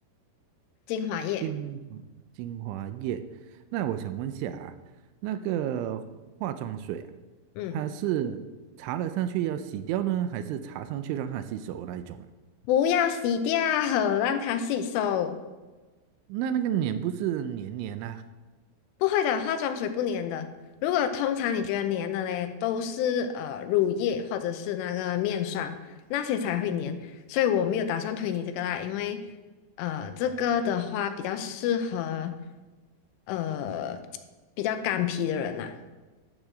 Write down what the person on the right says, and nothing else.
精精华液，那我想问一下啊，那个化妆水啊。
它是擦了上去要洗掉呢，还是擦上去让它吸收那一种啊？
那那个脸不是黏黏呐、